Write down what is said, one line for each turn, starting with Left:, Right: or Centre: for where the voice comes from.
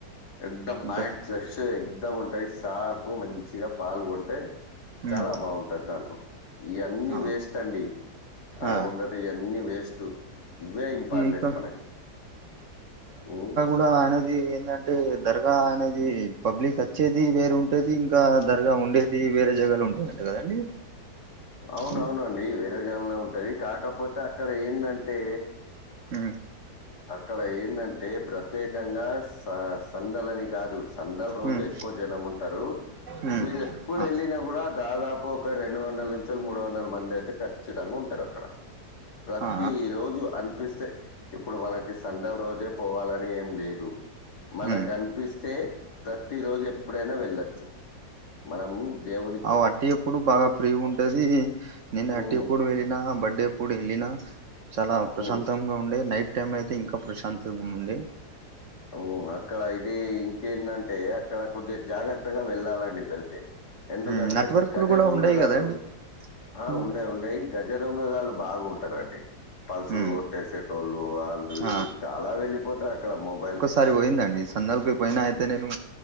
Left: ఎంత
Right: ఇంకా
Left: మైండ్ ఫ్రెష్ ఎగ్ ఉంటాయి సార్పు మంచిగా పాల్గొంటే
Right: ఉమ్
Left: చాలా బాగుంటది దాంట్లో ఇయన్నీ
Right: ఆ
Left: వేస్ట్ అండి అలా
Right: ఆ
Left: ఉండట ఇయన్నీ వేస్ట్ ఇవ్వే ఇంపార్టెంట్
Right: ఇక
Left: మనకి ఉ
Right: ఇంకా అనేది ఏంటంటే దర్గా అనేది పబ్లిక్ వచ్చేది వేరు ఉంటది ఇంకా దర్గా ఉండేది ఇది వేరే జగాలో ఉంటాయన్ట కదండి
Left: అవునవునండి
Right: ఉమ్
Left: వెరే జాగాలనే ఉంటది కాకపోతే అక్కడ ఏంటంటే
Right: అ
Left: అక్కడ ఏంటంటే ప్రత్యేకంగా స సందలని కాదు సందాల రోజు
Right: మ్
Left: ఎక్కువ జనం ఉంటారు
Right: మ్
Left: మీరు ఎప్పుడు
Right: ఆ
Left: వెళ్ళినా కూడా దాదాపు ఒక రెండు వందల నుంచి మూడు వందల మంది అయితే కాన్ప్ ఖచ్చితంగా ఉంటారు అక్కడ ప్రతి
Right: ఆ
Left: రోజు అనిపిస్తే ఇప్పుడు మనకి సందాల రోజే పోవాలని ఏం లేదు మనకు
Right: మ్
Left: అనిపిస్తే ప్రతి రోజు ఎప్పుడైనా వెళ్ళచ్చు మనం దేవ్
Right: అవ్ అట్టి ఎప్పుడు బాగా ఫ్రీ ఉంటది నేను
Left: హ్మ్.
Right: అట్టి ఎప్పుడు వెళ్ళిన బర్డే ఇప్పుడు వెళ్ళిన చాలా ప్రశాంతంగా
Left: హ్మ్.
Right: ఉండే నైట్ టైం అయితే ఇంకా ప్రశాంతంగా ఉండే
Left: అవ్ అక్కడ ఇది ఇంకేంటంటే అక్కడ కొద్దిగ జాగ్రత్తగా వెళ్ళాలండి వెళ్తే ఎందుకంటే
Right: మ్ నెట్వర్క్లు
Left: గజ
Right: కూడా
Left: దొంగగాళ్ళు
Right: ఉండయి కదండి
Left: ఆ ఉన్డాయ్
Right: మ్
Left: ఉండాయ్ గజ దొంగగాళ్ళు బాగుంటారండి పల్సులు
Right: మ్
Left: కొట్టేసేటోళ్ళు వాళ్ళు వీళ్ళు
Right: ఆ
Left: చాలా వెళ్ళిపోతాయి అక్కడ మొబైల్స్
Right: ఒకసారి పోయిందండి సందాలకి పోయినా అయితే నేను